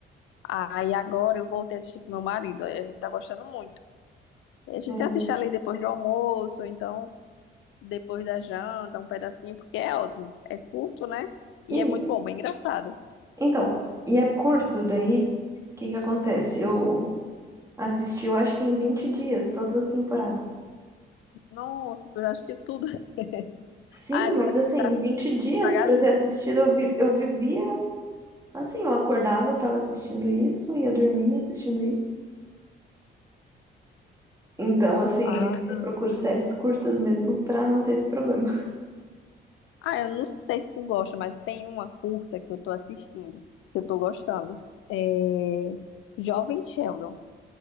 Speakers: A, on the left; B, on the right.
A: Aí agora eu voltei a assistir com meu marido. Aí a gente tá gostando muito. A gente
B: É,
A: assiste ali depois do almoço, ou então depois da janta, um pedacinho, porque é ótimo. É curto, né?
B: Isso.
A: E é muito bom, bem engraçado.
B: Então, e é curto, daí, o que que acontece? Eu assisti, eu acho que em 20 dias, todas as temporadas.
A: Nossa, tu já assistiu tudo? <laughs>
B: Sim,
A: Ah, a gente
B: mas
A: tá
B: assim,
A: assistindo
B: 20 dias
A: devagarzinho.
B: pra eu ter assistido, eu, vi- eu vivia assim, eu acordava, eu tava assistindo isso, ia dormir assistindo isso. Então, assim,
A: Ah.
B: é, eu procuro séries curtas mesmo pra não ter esse problema.
A: Ah, eu não sei se tu gosta, mas tem uma curta que eu tô assistindo, que eu tô gostando. É... Jovem Sheldon.